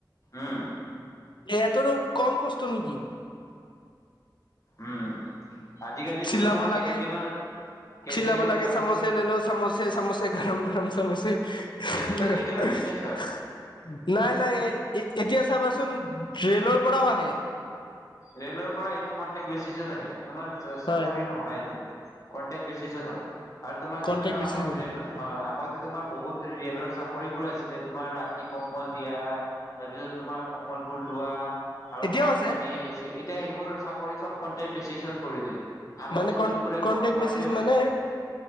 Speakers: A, on the left; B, on the left.
A: উম
B: সিহঁতৰো কম কষ্ট নেকি।
A: উম। আজিকালিতো
B: চিলাব
A: তোমাৰ
B: লাগে
A: কেটাৰিঙৰ কেটাৰিঙৰ
B: চিলাব লাগে,
A: জবতো
B: চাম'চে লেল' চাম'চে, গৰম গৰম চাম'চে। <unintelligible>
A: সেইটোতো নিজৰ বিজনেচ হয়
B: নাই নাই, এতিয়া চাবাচোন ৰেলৰপৰাও আহে।
A: ৰেলৰপৰা এইটো কনটেক বেচিছত আহে, তোমাৰ চাকৰি
B: হয়
A: নহয় এইটো। কনটেক্ট বেচিচত হয় আৰু তোমাৰ
B: কন্টেক্ট
A: যিমানো
B: বেচিছ
A: আগত
B: নেকি
A: ৰেল অ' আগতে তোমাৰ বহুত ৰেলৰ চাকৰিবোৰ আছিলে তোমাৰ ৰাতি কম্বল দিয়া তাৰপিছত তোমাৰ কমলবোৰ লোৱা। আৰু
B: এতিয়াও
A: পানী
B: আছে
A: চানী, এতিয়া সেইবোৰ চাকৰি চব কট্ৰেক্ট বেচিছত কৰি দিল। আগতে
B: মানে কন
A: জোনবোৰে
B: কন্টেক্ট
A: পাৰবেট
B: বেচিছ মানে